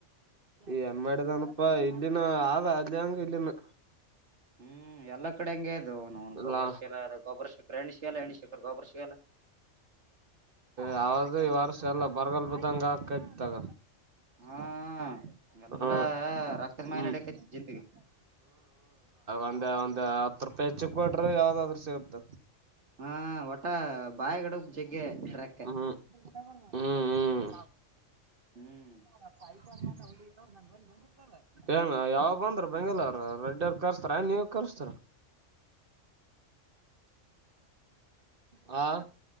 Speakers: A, on the right; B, on the right.
A: ಏನ್ ಮಾಡಿದನಪ್ಪಾ ಇಲ್ಲಿನ ಆ ಅದಂಗಲ್ಲಿನ್ನು
B: ಹ್ಮ್ ಎಲ್ಲಾ ಕಡೆ ಹಂಗೆ ಅದು ನ ಗೊಬರ
A: ಲಾ
B: ಶೀಲ ಅ ಗೊಬ್ರ ಶಕರೆ ಎಣ್ಣು ಶೀಲ ಎಣ್ಣ ಶಕರ್ ಗೊಬ್ಬರ ಶೇಲ
A: ಯಾವದುೂ ಈ ವರ್ಷ ಎಲ್ಲ ಬರಗಲಾ ಬದಂಗ ಆಕೈತ್ತಾಗ
B: ಹ್ಮ ಎಲ್ಲಾ
A: ಹ್ಮ್
B: ರಕ್ <unintelligible>
A: ಹ್ಮ್
B: ನಡಕ್ಕೆ ಜಿಂದಗಿ
A: ಒಂದ ಒಂದ್ ಹತ್ ರೂಪಾಯಿ ಹೆಚ್ಚುಕ್ ಕೊಟ್ರೆ ಯಾವ್ದಾದ್ರರು ಸಿಗುತ್ತ
B: ಹಾ ಒಟ್ಟ ಬಾಯಗಿಡ ಜಗ್ಗೆ ಇಡಕ್ಕೆ
A: ಹ್ಮ್ ಹ್ಮ್ ಹ್ಮ್
B: ಹ್ಮ್
A: <unintelligible> ಏನ್ ಯಾವ ಬಂದ್ರ ಬೆಂಗಳೂರ್ ರೆಡ್ಡಿ ಅವ್ರು ಕರ್ಸ್ರ ನೀವು ಕರ್ಸ್ಥರ ಹಾ